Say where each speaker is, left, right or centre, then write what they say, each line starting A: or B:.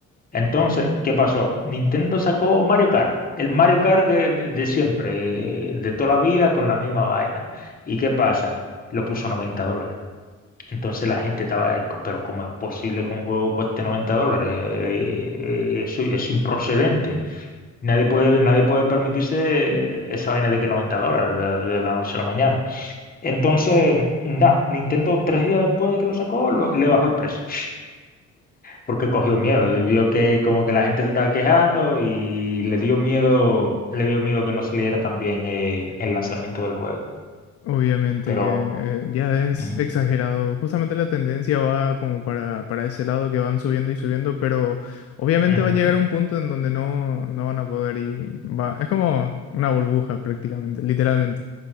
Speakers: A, on the left (about 30°); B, on the left (about 55°).
A: Entonces,
B: ah,
A: ¿qué pasó? Nintendo sacó Mario Kart, el Mario Kart de, de- de siempre, eh, de toda la vida, con la misma vaina. ¿Y qué pasa? Lo puso a 90 dólares. Entonces la gente estaba, eh, co- pero ¿cómo es posible que un juego cueste 90 dólares? Eh, eh, Eso es improcedente. Nadie puede, nadie puede permitirse esa vaina de que 90 dólares de de la noche a la mañana. Entonces, nada, Nintendo tres días después de que lo sacó, lo- le bajó el precio, porque cogió miedo, eh, vio que como que la gente se estaba quejando y le dio miedo, le dio miedo que no saliera tan bien eh, el lanzamiento del juego.
B: Obviamente
A: Pero...
B: que eh, ya es
A: ujú,
B: exagerado. Justamente la tendencia va como para, para ese lado que van subiendo y subiendo, pero obviamente
A: ujú,
B: va a llegar un punto en donde no, no van a poder y va. Es como una burbuja prácticamente, literalmente.